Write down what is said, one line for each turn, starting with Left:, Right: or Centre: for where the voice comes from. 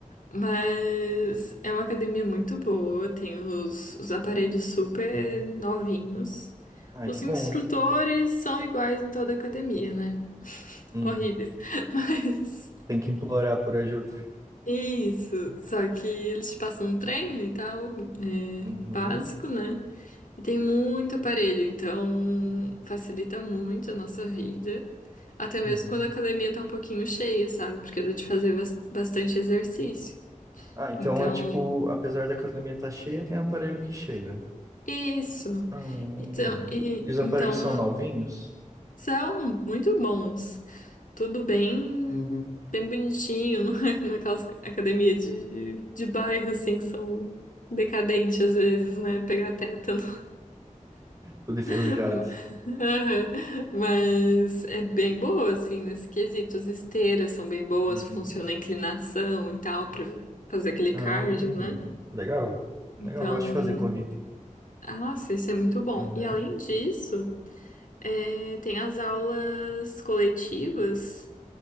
Left: Mas é uma academia muito boa, tem os, os aparelhos super novinhos.
Right: Ai,
Left: Os
Right: que bom.
Left: instrutores são iguais em toda a academia, né? <laughs>
Right: Hum,
Left: Horríveis. <laughs> Mas
Right: tem que implorar por ajuda.
Left: isso, só que eles te passam um treino e tal, é,
Right: Uhum,
Left: básico, né? E tem muito aparelho, então facilita muito a nossa vida. Até
Right: uhum.
Left: mesmo quando a academia tá um pouquinho cheia, sabe? Porque dá de fazer bas- bastante exercício.
Right: Ah, então
Left: Então,
Right: é tipo, apesar da academia estar cheia, tem aparelho que chega.
Left: Isso.
Right: Hum.
Left: Então, e-
Right: E os aparelhos
Left: então,
Right: são novinhos?
Left: são muito bons. Tudo bem, bem bonitinho, não é? <laughs> naquelas academia de, de bairro, assim, que são decadentes às vezes, né? Pegar tétano.
Right: Tudo enferrujado.
Left: <laughs> Aham. Mas é bem boa, assim, nesse quesito. As esteiras são bem boas,
Right: Uhum.
Left: funciona a inclinação e tal, pra fazer aquele
Right: Ah,
Left: cardio, né?
Right: legal.
Left: Então,
Right: Legal, eu gosto de fazer corrida.
Left: ah, nossa, isso é muito bom.
Right: Uhum.
Left: E além disso. É, tem as aulas coletivas,